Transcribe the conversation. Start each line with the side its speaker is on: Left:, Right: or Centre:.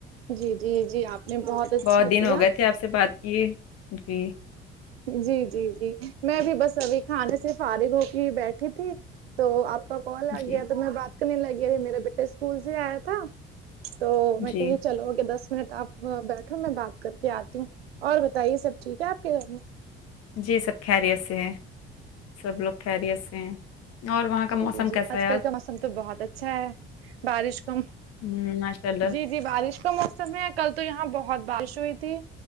Right: جی جی جی آپ نے اچھا
Left: بہت دن
Right: کیا
Left: ہو گئے تھے آپ سے بات کیے جی
Right: جی جی جی میں بھی بس ابھی کھانے سے فارغ ہو کے ہی بیٹھی تھی تو آپ کا کال آگیا
Left: جی
Right: تو میں بات کرنے لگ گیا اور میرے بیٹے اسکول سے آیا تھا تو میں
Left: جی
Right: کہی چلو اگے بس منٹ آپ یہاں بیٹھو میں بات کر کے آتی ہوں اور بتائیے سب ٹھیک ہے آپ کے گھر میں
Left: جی سب خیریت سے ہے سب لوگ خریت سے ہیں اور وہاں کا
Right: جی
Left: موسم
Right: جی جی
Left: کیسا
Right: آج
Left: ہے
Right: کل کا موسم تو بہت اچھا ہے بارش کو
Left: ہم، ماشاء اللہ
Right: جی جی بارش کا موسم ہے کل تو یہاں بہت بارش ہوئی تھی